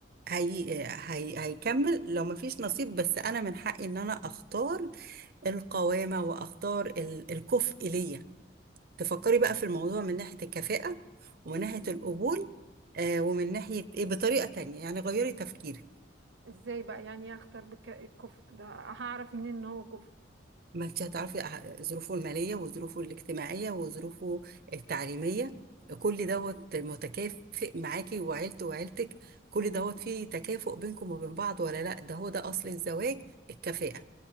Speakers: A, on the right (about 50°); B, on the right (about 75°).
A: هي... هي... هيكمل لو مفيش نصيب بس انا من حقي ان انا اختار القوامة واختار ال... الكفء ليا تفكري بقى في الموضوع من ناحية الكفاءة ومن ناحية القبول آه ومن ناحية ايه بطريقة تانية يعني غيري تفكيرك
B: ازاي بقى يعني إيه اختار بالكفء ده هعرف منين ان هو كفء
A: ما انت هتعرفي أح- ظروفه المالية وظروفه الاجتماعية وظروفه التعليمية كل دوت متكافئ معاكي وعيلته وعيلتك كل دوت فيه تكافؤ بينكم وبين بعض ولا لا ده هو ده أصل الزواج الكفاءة